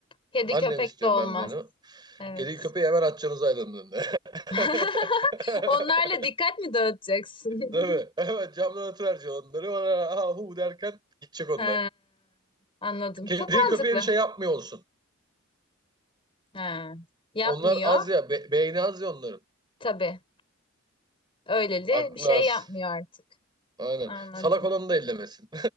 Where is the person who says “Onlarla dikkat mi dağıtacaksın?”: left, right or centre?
Left